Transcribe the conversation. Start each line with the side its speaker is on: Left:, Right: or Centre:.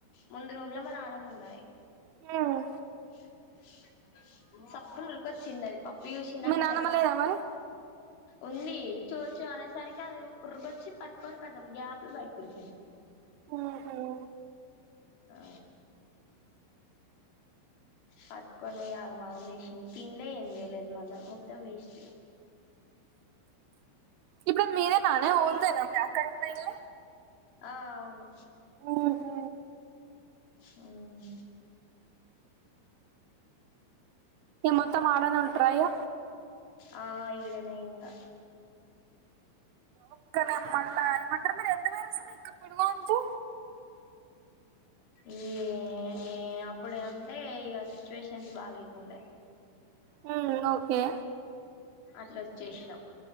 Left: ముందు రూమ్ లో మా నాన్నమ్మ ఉన్నది
Right: మ్మ్
Left: <unintelligible> చిన్నది పాప <unintelligible>
Right: మీ నానమ్మ లేదా మరి?
Left: ఉంది చొచొ అనేసరికి అది పడుకొచ్చి పట్కొని కదాం గ్యాప్లు బయటకురుకు
Right: ఉహు
Left: ఆ పట్టుకొని ఆగమాగం చేసింది తినిలే ఏం చేయలేదు మళ్ళా మొత్తం వేస్ట్
Right: ఇప్పుడు మీరే నానే
Left: ఇప్పుడు మీరు
Right: ఉందే అక్కడ <unintelligible>
Left: ఆ అవును
Right: ఉహు
Left: మ్మ్
Right: ఇగ మొత్తం ఆడనే ఉంటార ఇగ
Left: ఆ ఇడనే ఇకా
Right: ఒక్కలే మళ్ళా ఏమంటారు మరి ఎంత వేరు అసలు ఇక్కడ పడుగా ఉంటే
Left: ఈ ఈ అప్పుడు అంటే ఇక సిచ్యువేషన్స్ బాలేకుండె
Right: మ్మ్ ఓకే
Left: అట్ల వచ్చేశినం